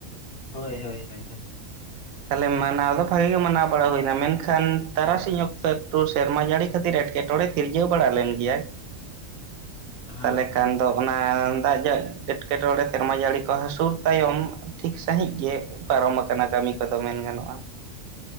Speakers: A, on the left; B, on the right.
A: ᱦᱳᱭ ᱦᱳᱭ ᱦᱳᱭ ᱦᱳᱭ
B: ᱛᱟᱦᱚᱞᱮ ᱢᱟᱱᱟᱣ ᱫᱚ ᱵᱷᱟᱜᱮ ᱜᱮ ᱛᱟᱞᱦᱮ ᱢᱟᱱᱟᱣ ᱫᱚ ᱵᱷᱟᱜᱮ ᱜᱮ ᱦᱩᱭᱱᱟ ᱢᱮᱱᱠᱷᱟᱱ ᱛᱟᱨᱟᱥᱤᱧ ᱚᱠᱛᱚ ᱮᱠᱴᱩ ᱥᱮᱨᱢᱟ ᱡᱟᱹᱲᱤ ᱠᱷᱟᱹᱛᱤᱨ ᱮᱴᱠᱮ ᱴᱚᱬᱮ ᱥᱤᱨᱡᱟᱹᱣ ᱵᱟᱲᱟ ᱞᱮᱱ ᱜᱮᱭᱟ
A: <inaudible> ᱦᱮᱸ
B: ᱛᱟᱞᱦᱮ
A: ᱦᱮᱸ
B: ᱠᱷᱟᱱ ᱫᱚ ᱚᱱᱟ ᱫᱟᱜ ᱡᱟ ᱮᱴᱠᱮ ᱴᱚᱲᱮ ᱥᱮᱨᱢᱟ ᱡᱟᱹᱲᱤ ᱠᱚ ᱦᱟᱹᱥᱩᱨ ᱛᱟᱭᱚᱢ ᱴᱷᱤᱠ ᱥᱟᱺᱦᱤᱡ ᱜᱮ ᱯᱟᱨᱚᱢ ᱟᱠᱟᱱᱟ ᱠᱟᱹᱢᱤ ᱠᱚᱫᱚ ᱢᱮᱱ ᱜᱟᱱᱚᱜᱼᱟ